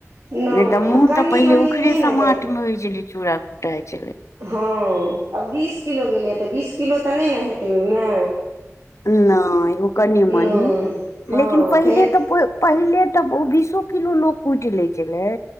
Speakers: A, on the right; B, on the left.
A: नहि
B: नै तऽ
A: आ
B: मुन
A: कनि
B: तऽ पहिले
A: मनि
B: उखड़े
A: नहि ने
B: समाट मे होय छलै चूड़ा कुटाए छलै।
A: हां आब बीस किलो गेलैया तऽ बीस किलो तऽ नै ने हेतै ओयमे।
B: नै उ कनि-मनी
A: नहि हँ
B: लेकिन पहिले
A: फेर
B: तऽ पे पहिले तऽ ओ बीसो किलो लोक कुटि लै छलै